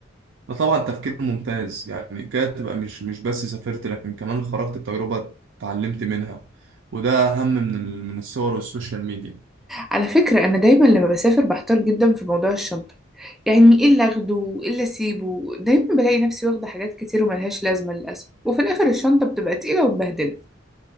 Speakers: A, on the right; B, in the centre.
A: ده طبعا تفكير ممتاز يعني كده تبقى مش مش بس سافرت لكن كمان خرجت بتجربة اتعلمت منها وده اهم من ال- من الصور والسوشيال ميديا
B: على فكرة أنا دايما لما بسافر بحتار جدا في موضوع الشنطة يعني إيه اللي أخده وإيه اللي أسيبه دايما بلاقي نفسي واخدة حاجات كتير وملهاش لازمة للأسف وفي الآخر الشنطة بتبقى تقيلة ومبهدلة